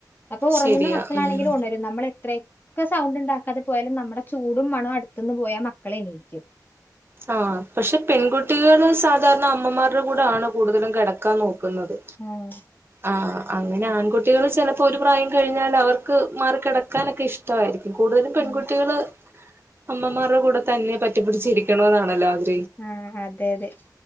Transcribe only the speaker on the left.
അപ്പൊ ഉറങ്ങുന്ന
മക്കളാണെങ്കിലും
ഉണരും നമ്മൾ എത്രെ ഒക്കെ സൗണ്ട് ഉണ്ടാക്കാതെ പോയാലും നമ്മുടെ ചൂടും മണം അടുത്തുന്ന് പോയാ മക്കളെ എണീക്കും
ആഹ്
ഉം
ആഹ് അതെ അതെ